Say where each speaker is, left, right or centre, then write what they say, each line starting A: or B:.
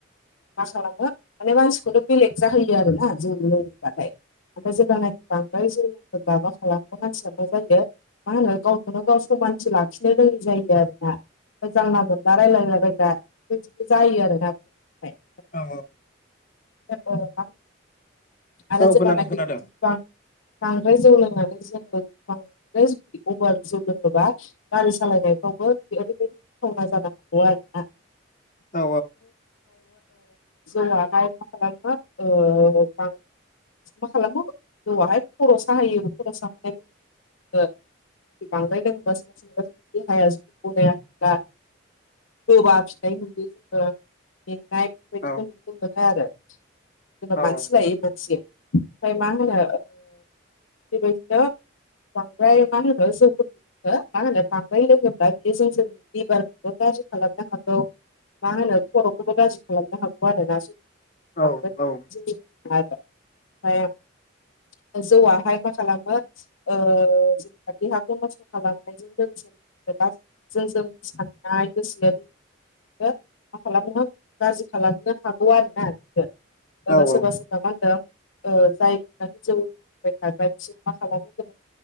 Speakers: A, on the left; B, on the left.
A: मा खालामो माने मानसिखौथ' बेलेग जाहोयो आरोना <unintelligible> लोङोबाथाय ओमफ्राय जेब्लानाखि बांद्राय जौ <unintelligible> मानसिया मा जायो मा होनो गाव नो गाव समानसो लाखिनो रोङै जायो आरोना। जानला मोनला रायलायला बायग्रा बेबायदिबो जायो आरोना ओमफ्राय।
B: औ
A: <unintelligible> आरो
B: औ
A: जेब्लानाखि
B: खोनादों खोनादों
A: बांद्राय जौ लोङो जोङो <unintelligible> <unintelligible> जौ लोङोबा गारि सालायनायफ्रावबो <unintelligible> जानो हागौ आरोना।
B: औ
A: जौआ हाय मा खालामो <unintelligible> मा खालामो जौवाहाय खर' साहोयो खर' साहोनाय जुदि बांद्राय लोङोबा सोरबा सोरबा जुदि देहाया जुदि गनायाखैब्ला गोबा फिथाइ <unintelligible> जोङो मेंनाय बेफोरबायदिखौ
B: औ
A: नुनो मोनो आरो। जेनेबा
B: औ
A: मानसि लायो मानसि ओमफ्राय मा होनो बेबायदिबा बांद्राय मा होनो जौखौ मा होनो बांद्राय लोङोब्ला बियो <unintelligible> लिभारफोरखौ गाज्रि खालामनो हागौ। मा होनो खर'खौबो गाज्रि खालामनो हागौ आरोना
B: औ
A: <unintelligible>
B: औ
A: <unintelligible> जौआहाय मा खालामो देहाखौ नस्थ' खालामनायजों लोगोसे <unintelligible> साननाय गोसो मा खालामनो गाज्रि खालामनो हागौ आरोना
B: औ
A: सोरबा
B: औ
A: सोरबा मा होनदों जायफोरा जौ लोंबाय थाग्रा बिसोर मा खालामो <unintelligible>